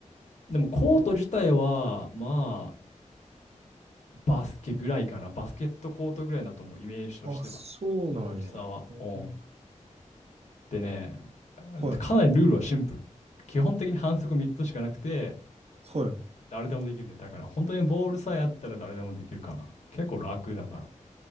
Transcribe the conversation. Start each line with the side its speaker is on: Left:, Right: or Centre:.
Left: でもコート自体は、まあ、バスケぐらいかな、バスケットコートぐらいだと思う、イメージとしては。
Right: あ、そうなんや。
Left: 大きさは。
Right: うん
Left: うん。でね、
Right: はい。
Left: でかなりルールはシンプル。基本的に反則3つしかなくて、
Right: は
Left: 誰でもできるね。だから本当にボールさえあったら誰でもできるかな。結構楽だから。